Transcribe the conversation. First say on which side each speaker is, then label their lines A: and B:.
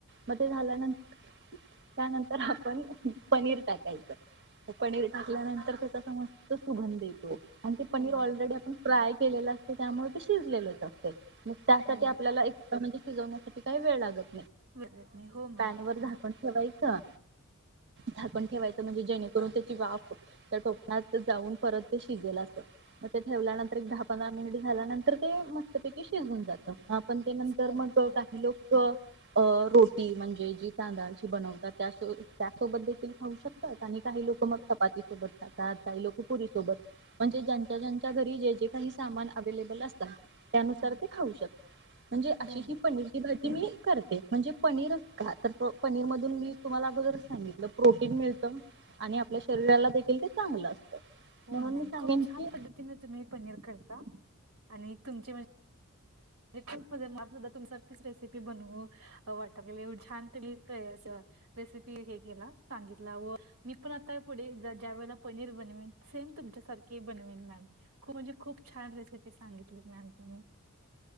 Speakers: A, on the right; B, on the right.
A: मग ते झाल्यानं त्यानंतर आपण पनीर टाकायचं पनीर टाकल्यानंतर त्याचा अस मस्त सुगंध येतो. आणि ते पनीर
B: हो
A: ऑलरेडी आपण फ्राय य केलेल असतय त्यामुळं ते शिजलेलचं असतय. मग त्यासाठी
B: हो
A: आपल्याला एक त म्हणजे शिजवण्यासाठी काही वेळ लागत नाही.
B: लागत नाही हो मॅम
A: वर
B: हा
A: झाकण ठेवाय च झाकण ठेवायचं म्हणजे जेणेकरून त्याची वाफ त्या टोपवात जाऊन परत ते शिजेल अस मग ते ठेवल्यानंतर एक दहा पंधरा मिनिट झाल्यानंतर ते मस्तपैकी शिजून जात हा पण ते नंतर
B: हो
A: मग
B: मॅम हो
A: काही लोकं अ रोटी म्हणजे जी तांदळाची बनवतात त्यासोब त्यासोबत देखील खाऊ शकतात आणि काही लोकं मग चपातीसोबत खाता त काही लोकं पुरी सोबत म्हणजे ज्यांन ज्यांच्या ज्यांच्या घरी जे जे काही सामान अवेलेबल असतात. त्यानुसार
B: हा
A: ते खाऊ शकते म्हणजे अशी
B: हो
A: ही पनीरची भाजी मी करते. म्हणजे पनीरच का तर प पनीर मधून मी तुम्हाला अगोदरच सांगितलं प्रोटीन मिळत आणि
B: मॅम
A: आपल्या शरीराला दे ते देखील चांगलं असतं
B: हो
A: म्हणून
B: मॅम
A: मी सांगेन
B: खूप छान
A: की
B: पद्धतीने तुम्ही पनीर करता आणि तुमचे म्हणज खूप म्हजे मला तुमच्या सारखीच रेसिपी बनवु वाटयल्या छान तुम्ही रेसिपी हे केला सांगितला व मी पण आता पुढे ज्या वेळेला पनीर बनवेन सेम तुमच्यासारखे बनवेन मॅम खूप म्हणजे खूप छान रेसिपी सांगितली मॅम तुम्ही